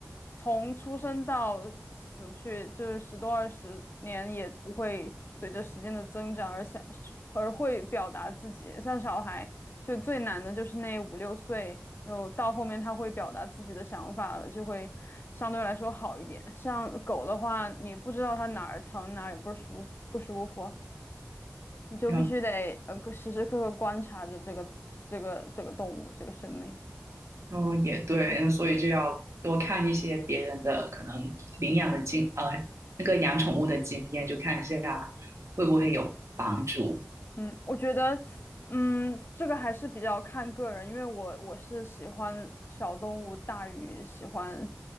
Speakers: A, on the left; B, on the right.
A: 从出生到死去，就是十多二十年，也不会随着时间的增长而想而会表达自己。像小孩，就最难的就是那五六岁，然后到后面他会表达自己的想法了，就会相对来说好一点。像狗的话，你不知道它哪儿疼，哪儿也不舒不舒服。你就必须得呃，
B: 那
A: 时时刻刻观察着这个这个这个动物这个生命。
B: 哦也对，那所以就要多看一些别人的可能领养的经呃那个养宠物的经验，就看一下会不会有帮助。
A: 嗯，我觉得，嗯，这个还是比较看个人，因为我我是喜欢小动物大于喜欢